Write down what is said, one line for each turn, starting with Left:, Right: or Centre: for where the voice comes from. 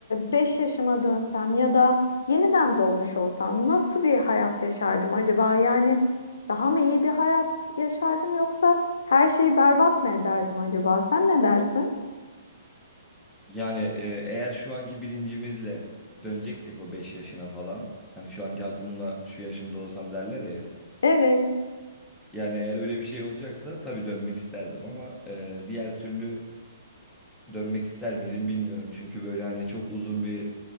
Left: 5 yaşıma dönsem ya da yeniden doğmuş olsam nasıl bir hayat yaşardım acaba? Yani daha mı iyi bir hayat yaşardım yoksa her şeyi berbat mı ederdim acaba? Sen ne dersin?
Centre: Yani e, eğer şu anki bilincimizle döneceksek o 5 yaşına falan hani şu anki aklımda şu yaşımda olsam derler ya hep.
Left: Evet,
Centre: Yani eğer öyle bir şey olacaksa tabii dönmek isterdim ama e, diğer türlü dönmek ister miydim bilmiyorum. Çünkü böyle hani çok uzun bir